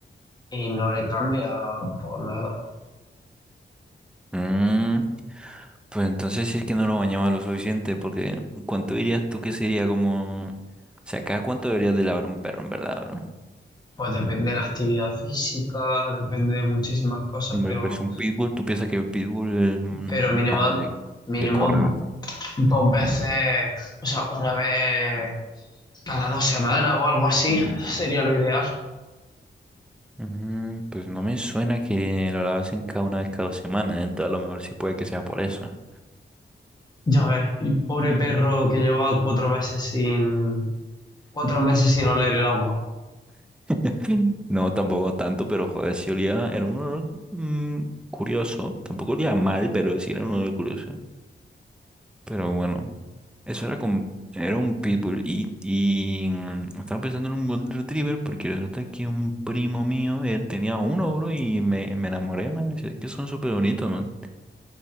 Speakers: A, on the left; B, in the centre.
A: y no le cambia por nada.
B: Mm, pues entonces sí es que no lo bañaba lo suficiente, porque ¿cuánto dirías tú que sería como... O sea, ¿cada cuánto deberías de lavar un perro, en verdad, bro?
A: Pues depende de la actividad física, depende de muchísimas cosas,
B: Hombre,
A: pero,
B: pues un pitbull, ¿tú piensas que el pitbull es un,
A: pero mínimo,
B: un perro que,
A: mínimo
B: que corre bastante?
A: dos veces, o sea, una vez cada dos semanas o algo así, sería lo ideal.
B: Mm, pues no me suena que lo lavasen cada una vez cada dos semanas, ¿eh? Entonces a lo mejor sí puede que sea por eso. <laughs>
A: Ya ves, el pobre perro que llevaba cuatro meses sin, cuatro meses sin oler el agua.
B: Mm. No, tampoco tanto, pero joder, sí olía, era un olor mm, curioso. Tampoco olía mal, pero sí era un olor curioso. Pero bueno, eso era con, era un pitbull y, y mm, estaba pensando en un golden retriever porque resulta que un primo mío eh, tenía uno, bro, y me, me enamoré, man. Es que son súper bonitos, man.